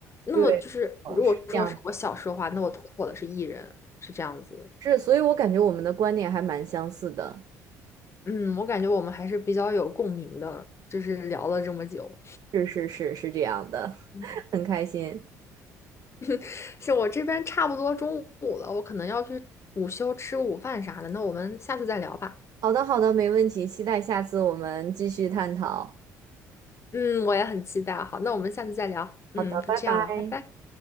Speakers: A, on the left; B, on the right.
A: 那么就是如果说是我小时候的话，
B: 对，哦，是这样的，
A: 那我突破的是 E 人，是这样子。
B: 是，所以我感觉我们的观点还蛮相似的。
A: 嗯，我感觉我们还是比较有共鸣的，就是聊了这么久。
B: 是是是是这样的，
A: 嗯，
B: <laughs> 很开心。
A: <laughs> 是我这边差不多中午了，我可能要去午休吃午饭啥的，那我们下次再聊吧。
B: 好的好的，没问题，期待下次我们继续探讨。
A: 嗯，我也很期待啊。好，那我们下次再聊。嗯，
B: 好的，
A: 就这样吧，
B: 拜拜。
A: 拜拜。拜拜。